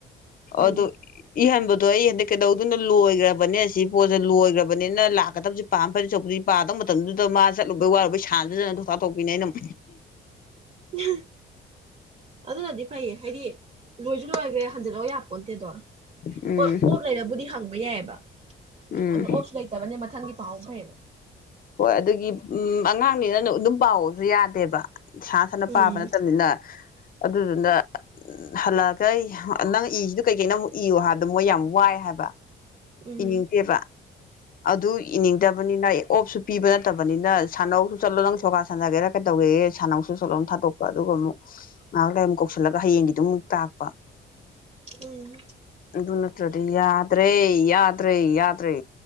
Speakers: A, on the right; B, on the left.
A: ꯎꯝ
B: ꯑꯗꯨꯣ ꯏꯍꯕ ꯑꯗꯣ ꯑꯩ ꯍꯟꯗꯛ ꯀꯩꯗꯧꯗꯨꯅ ꯂꯣꯏꯈ꯭ꯔꯕꯅꯦ ꯁꯤ ꯄꯣꯠꯁꯦ ꯂꯣꯏꯈ꯭ꯔꯕꯅꯤꯅ ꯂꯥꯛꯀꯗꯕꯕꯁꯤ ꯄꯥꯝ ꯐꯗꯤ ꯆꯗꯤ ꯄꯥꯗꯕ ꯃꯇꯝꯗꯨꯗ ꯃꯥ ꯆꯠꯂꯨꯕꯩ ꯋꯥꯔꯨꯕꯩ ꯁꯥꯟꯖꯖꯅ ꯊꯧꯇꯥꯛ ꯇꯣꯛꯄꯤꯅꯦ ꯑꯩꯅꯝ
A: ꯎꯝ ꯑꯗꯨꯅꯗꯤ ꯐꯩꯌꯦ ꯍꯥꯏꯗꯤ ꯂꯣꯢꯖꯨ ꯂꯣꯢꯒ꯭ꯔꯦ ꯍ <unintelligible> ꯌꯥꯄꯣꯟꯇꯦꯗꯣ
B: ꯎꯝ
A: ꯍꯣꯏ ꯑꯣꯞ ꯂꯩꯔꯕꯨꯗꯤ ꯍꯪꯕ ꯌꯥꯏꯌꯦꯕ
B: ꯎꯝ
A: ꯑꯗ ꯑꯣꯞꯁꯨ ꯂꯩꯇꯕꯅ ꯃꯊꯪꯒꯤ ꯄꯥꯍꯧ ꯐꯩꯌꯦꯕ
B: ꯍꯣꯏ ꯑꯗꯨꯒꯤ ꯎ ꯑꯉꯥꯡꯅꯤꯅ ꯑꯗꯨꯝ ꯄꯥꯎꯁꯨ ꯌꯥꯗꯦꯕ ꯁꯥ ꯁꯅ
A: ꯎꯝ
B: ꯄꯥꯕ ꯅꯠꯇꯕꯅꯤꯅ ꯑꯗꯨꯗꯨꯅ ꯍꯜꯂꯛꯑꯒ ꯅꯪ ꯏꯒꯤꯗꯨ ꯀꯩꯀꯩꯅꯣ ꯑꯃꯨꯛ ꯏꯌꯨ ꯍꯥꯏꯕꯗ ꯃꯣꯏ ꯌꯥꯝ ꯋꯥꯏ ꯍꯥꯏꯕ
A: ꯎꯝ
B: ꯏꯅꯤꯡꯗꯦꯕ ꯑꯗꯨ ꯏꯅꯤꯡꯗꯕꯅꯤꯅ ꯑꯣꯞꯁꯨ ꯄꯤꯕ ꯅꯠꯇꯕꯅꯤꯅ ꯁꯥꯟꯅꯧꯁꯨ ꯆꯠꯂꯣ ꯅꯪ ꯁꯣꯒꯥ ꯁꯥꯟꯅꯒꯦꯔꯥ ꯀꯩꯗꯧꯒꯦꯒꯦ ꯁꯥꯥꯟꯅꯧꯁꯨ ꯆꯠꯂꯣ ꯊꯥꯗꯣꯛꯄ ꯑꯗꯨꯒ ꯑꯃꯨꯛ ꯉꯥꯏꯍꯥꯛ ꯂꯩ ꯑꯃꯨꯛ ꯀꯧꯁꯤꯜꯂꯒ ꯍꯌꯦꯡꯒꯤꯗꯨ ꯑꯃꯨꯛ ꯇꯥꯛꯄ
A: ꯎꯝ
B: ꯗꯨ ꯅꯠꯇ꯭ꯔꯗꯤ ꯌꯥꯗ꯭ꯔꯦ ꯌꯥꯗ꯭ꯔꯦ ꯌꯥꯗ꯭ꯔꯦ